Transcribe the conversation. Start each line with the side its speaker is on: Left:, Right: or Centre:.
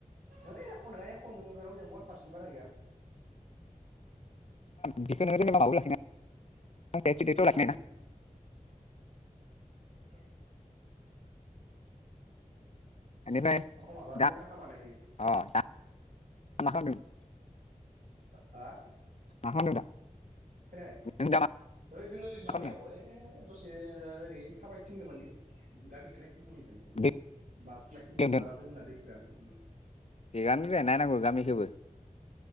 Right: ओइ एख' नङा एख' <unintelligible> बारा गैया।
Left: बेखौनो जेनेबा माबो लाखिना
Right: उम
Left: <unintelligible>
Right: <unintelligible>
Left: बेनिफ्राय
Right: एख' माबा
Left: दा
Right: मेटार खामाना इयो।
Left: अ दा मा खालामदों
Right: हा?
Left: मा खालामदों दा?
Right: खोनायाखै
Left: नों दा मा
Right: ओइ दों ओरै लामायाव
Left: खालामदों
Right: ओइ दस से ओरै थाबाय थिनदोंमोन गामिखौ नाय <unintelligible>
Left: दै
Right: लोमलाना
Left: लोंदों
Right: <unintelligible> दै <unintelligible> उम
Left: थिगानो दे नायनांगौ गामिखोबो।